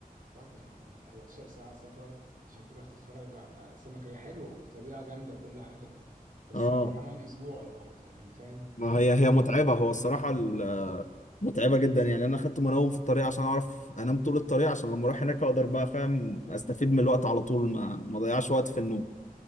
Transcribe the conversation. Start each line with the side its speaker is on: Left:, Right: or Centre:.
Right: طب يعني 14 ساعة سفر عشان تروح تتفرج على سمك هي حلوة وطبيعة جامدة وكل حاجة بس
Left: اه
Right: أروح أنام أسبوع لوحده يعني فاهم؟
Left: ما هي هي متعبه هو الصراحه متعبه جدا يعني انا اخدت منوم في الطريق عشان اعرف انام طول الطريق عشان لما اروح هناك اقدر بقى فاهم استفيد من الوقت على طول ما ما اضيعش وقت في النوم